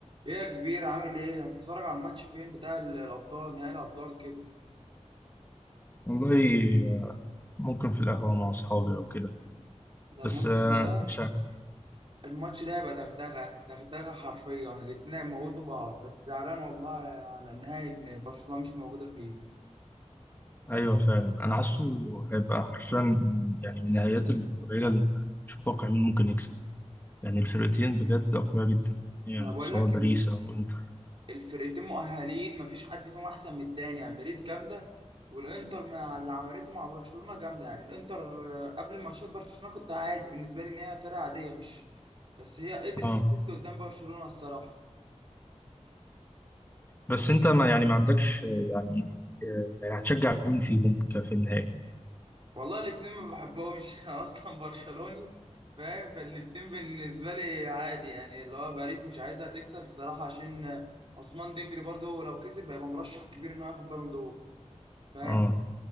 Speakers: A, on the right; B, on the left.
A: ايه يا كبير عامل ايه هتتفرج على الماتش فين بتاع ال- الابطال نهائي الابطال كده
B: والله آه، ممكن في القهوة مع أصحابي أو كده
A: ده
B: بس
A: الماتش
B: آه،
A: ده
B: مش عارف
A: الماتش ده يبقى دغدغه دغدغه حرفيا الاتنين هيموتوا بعض بس زعلان والله على النهائي ان برشلونه مش موجوده فيه
B: أيوة فعلا أنا حاسه هيبقى حرفيا يعني من النهايات القليلة اللي مش متوقع مين ممكن يكسب يعني الفرقتين بجد أقوياء جدا يعني
A: ما انا بقول
B: سواء
A: لك
B: باريس
A: ان
B: أو إنتر
A: الفرقتين مؤهلين مفيش حد فيهم احسن من التاني يعني باريس جامده والانتر مع اللي عملته مع برشلونه جامده يعني الانتر آه، قبل ماتشات برشلونه كنت عادي بالنسبه لي ان هي فرقه عاديه مش بس هي قدرت
B: أه
A: تفت قدام برشلونه الصراحه
B: بس أنت ما يعني ما عندكش آه، يعني آه، يعني هتشجع مين فيهم ك- في النهائي
A: والله الاتنين ما بحبهمش <laughs> انا اصلا برشلوني فاهم فالاتنين بالنسبه لي عادي يعني اللي هو باريس مش عايزها تكسب الصراحه عشان عثمان ديمبلي برضو لو كسب هيبقى مرشح كبير انه ياخد بالون دور فاهم
B: أه